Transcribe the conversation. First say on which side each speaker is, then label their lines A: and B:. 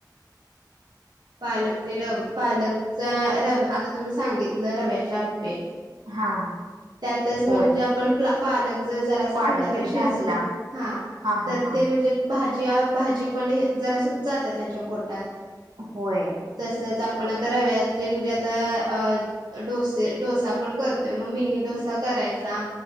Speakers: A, on the right (about 65°); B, on the right (about 80°).
A: पालकचे रव पालकचा रव, आता तुम्ही सांगितलं रव्याचे आप्पे.
B: हा
A: त्यातच म्हणजे
B: होय
A: आप पण पालक जर जरा असं
B: पालक
A: थोडा
B: जरी
A: वेळ शिजून
B: घातला
A: हा,
B: हा
A: तर
B: हा
A: ते म्हणजे भाजीया भाजी पण, जरास जाते त्यांच्या पोटात.
B: होय
A: तसंच आपण आता रव्याचे म्हणजे, आता अ डोसे डोसा पण करतो. मग मिनी डोसा करायचा.